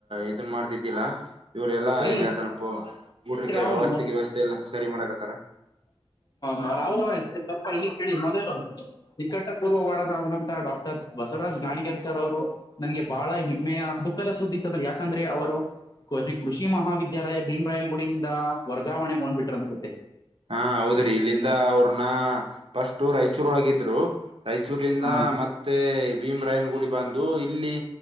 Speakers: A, on the right; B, on the left.
A: ಇದನ್ ಮಾಡ್ತಿದ್ದಿಲ್ಲ ಇವ್ರ ಎಲ್ಲಾ
B: ರೀ
A: ಈಗ ಸ್ವಲ್ಪು ಹುಡ್ರಿಗೆ
B: ರಾಹುಲ್
A: ವ್ಯವಸ್ಥೆ ವ್ಯವಸ್ಥೆಲ್ಲ ಸರಿ ಮಾಡಾಕತ್ತಾರ
B: ಹ ರಾಹುಲ್ ಸ್ವಲ್ಪ ಈ ಕೇಳಿ ಮೊದಲು ನಿಕಟ್ಟಪೂರ್ವ ವಡನಾದಂತ dock sir Basavaraj Nadiger sir ಅವರು ನನ್ಗೆ ಬಾಳ ಹೆಮ್ಮೆಯ ದುಃಖದ ಸುದ್ದಿ ತಂದ ಯಾಕಂದ್ರೆ ಅವರು ಕೃಷಿ ಮಹಾವಿದ್ಯಾಲಯ ಭೀಮರಾಯನ ಗುಡಿಯಿಂದ ವರ್ಗಾವಣೆ ಗೊಂಡ್ ಬೀಟ್ರನ್ಸುತ್ತೆ
A: ಹಾ ಹೌದ್ರಿ ಇಲ್ಲಿಂದ ಅವ್ರನ ಫಸ್ಟ್ ರಾಯಚೂರ ಒಳಗ ಇದ್ರು ರಾಯಚೂರಿಂದ
B: ಹಾ
A: ಮತ್ತೆ ಭೀಮ ರಾಯನ ಗುಡಿ ಬಂದು ಇಲ್ಲಿ